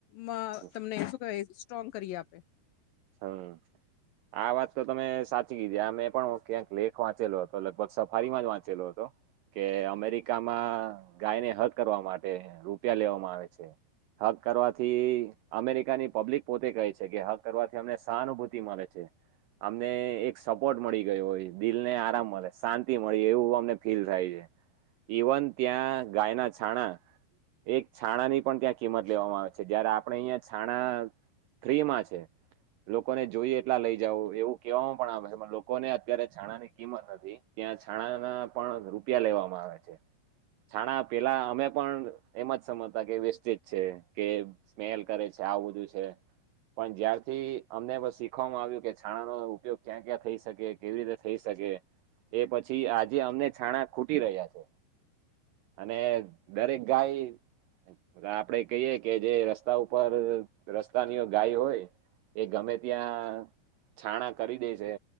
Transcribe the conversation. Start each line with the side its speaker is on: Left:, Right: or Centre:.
Left: માં
Right: હમ
Left: તમને શું કેવાય સ્ટ્રોંગ કરી આપે
Right: હા આ વાત તો તમે સાચી કીધી આ મેં પણ ક્યાંક લેખ વાંચેલો હતો લગભગ સફારીમાં જ વાંચેલો હતો. કે અમેરિકામાં ગાયને હગ કરવા માટે રૂપિયા લેવામાં આવે છે. હક કરવાથી અમેરિકાની પબ્લિક પોતે કહે છે કે હક કરવા એમને સહાનુભૂતિ મલે છે. અમને એક સપોર્ટ મળી ગયો હોય દિલ ને આરામ મળે શાંતિ મળે એવું અમને ફીલ થાય છે. ઇવન ત્યાં ગાયના છાણા એક છાણા ની પણ ત્યાં કિંમત લેવામાં આવે છે જયારે આપણે અહિયાં છાણા ફ્રીમાં છે લોકોને જોઈએ એટલા લઈ જાવું એવું કેવામાં પણ આવે છે પણ લોકોને અત્યારે છાણાની કિંમત નથી. ત્યાં છાણાના પણ રૂપિયા લેવામાં આવે છે. છાણા પેલા અમે પણ એમ જ સમજતા કે વેસ્ટેજ છે કે સ્મેલ કરે આવું બધું પણ ત્યાં થી અમને બ શીખવામાં આવ્યું કે છાણા નો ઉપયોગ ક્યાં ક્યાં થઈ શકે કેવી રીતે થઈ શકે એ પછી આજે અમને છાણા ખૂટી રહ્યા છે. અને દરેક ગાય આ આપડે કહીએ કે જે રસ્તા ઉપર અ રસ્તાની ગાય હોય એ ગમે ત્યાં છાણા કરી દે છે.